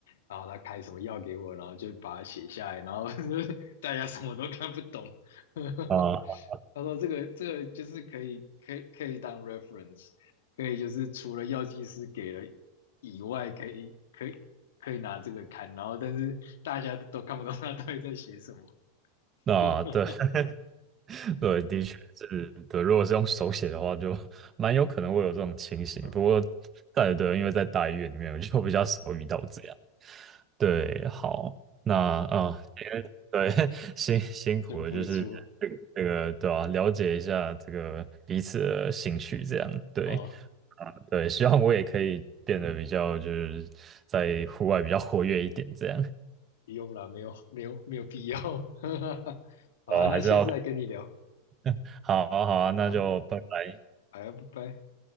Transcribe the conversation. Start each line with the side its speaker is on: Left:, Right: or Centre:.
Left: 然后他开什么药给我，然后就把它写下来，然后 <laughs> 大家什么都看不懂。<laughs>
Right: 啊，
Left: 他说这个这个就是可以可以可以当 reference，可以就是除了药剂师给了以外，可以可以可以拿这个看，然后但是大家都看不懂他到底在写什么。
Right: 那对
Left: <laughs>
Right: <laughs> 对，的确是对。如果是用手写的话，就蛮有可能会有这种情形。
Left: 嗯嗯
Right: 不过，对对，因为在大医院里面，我就比较少遇到这样。对，
Left: 嗯
Right: 好，那啊、对，<laughs> 辛辛苦了，
Left: 真不错
Right: 就是这个这个对吧、了解一下这个彼此的兴趣，这样对。
Left: 哦，
Right: 啊，对，希望我也可以变得比较，就是在户外比较活跃一点，这样。
Left: 不用了，没有没有没有必要。<laughs> 好啊那下次再跟你聊。
Right: 哦，还是要，<laughs> 好啊，好啊，那就拜拜。
Left: 好啊，好啊拜拜。